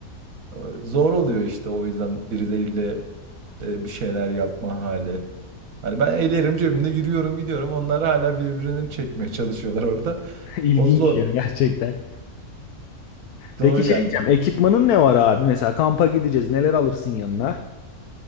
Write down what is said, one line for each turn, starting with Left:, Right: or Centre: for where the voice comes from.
Right: e, zor oluyor işte o yüzden birileriyle e, bir şeyler yapma hali. Hani ben ellerim cebimde yürüyorum gidiyorum. Onlar hala birbirlerini çekmeye çalışıyorlar orada.
Left: <laughs> İlginç
Right: O zor.
Left: ya gerçekten.
Right: Doğru
Left: Peki şey
Right: yani.
Left: diyeceğim, ekipmanın ne var abi? Mesela kampa gideceğiz, neler alırsın yanına?